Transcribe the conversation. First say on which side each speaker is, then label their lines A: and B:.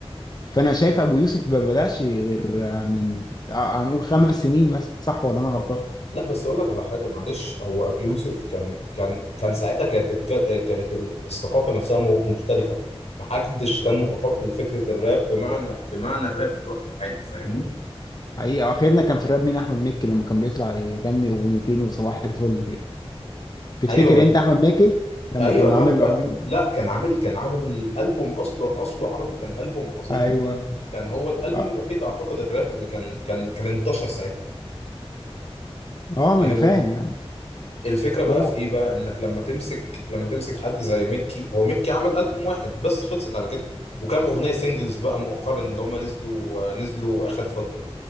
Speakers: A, on the left (about 40°); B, on the left (about 80°).
A: فانا شايف ابو يوسف ما بداش غير من آه، هنقول خمس سنين مثلا صح ولا انا غلطان
B: لا بس اقول لك على حاجه معلش هو ابي يوسف كان كان كان ساعتها كانت الك- كانت ال- الثقافه نفسها م- مختلفه محدش كان متقبل فكره الراب بمعنى بمعنى الراب في الوقت الحالي فاهمني
A: حقيقة آخرنا كان في الراب مين أحمد مكي لما كان بيطلع يغني أغنيتين وصباح الفل كده تفتكر
B: ايوه ما
A: أنت أحمد مكي لما
B: ايوه
A: كان
B: لا
A: عامل
B: لا
A: أغاني
B: لا كان عامل كان عامل من الالبوم اصله اصله عربي كان البوم عظيم
A: أيوه
B: كان هو الالبوم
A: أه
B: الوحيد اعتقد الراب اللي كان كان كان انتشر ساعتها
A: آه، ما
B: يعني
A: أنا فاهم يعني
B: الفكرة بقى
A: هو
B: في ايه بقى انك لما تمسك لما تمسك حد زي ميكي هو ميكي عمل ألبوم واحد بس خلصت على كده وكام أغنية سينجلز بقى مؤخرا اللي هم نزلوا نزلوا آخر فترة